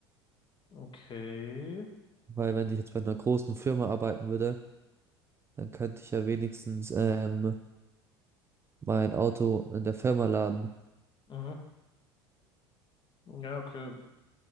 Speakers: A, on the left; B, on the right.
A: okay.
B: Weil wenn ich jetzt bei einer großen Firma arbeiten würde, dann könnte ich ja wenigstens ähm, mein Auto in der Firma laden.
A: Mhm. Ja, okay.